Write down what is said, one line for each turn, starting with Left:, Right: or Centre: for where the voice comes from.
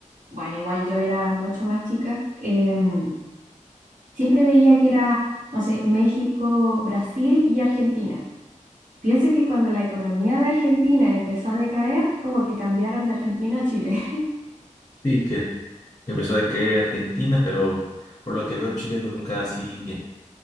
Right: bueno, igual yo era mucho más chica, em, Siempre veía que era, no sé, México, Brasil y Argentina. Pienso que cuando la economía de Argentina empezó a decaer, como que cambiaron de Argentina a Chile. <laughs>
Left: Sí, que empezó de que Argentina, pero por lo que veo Chile nunca así,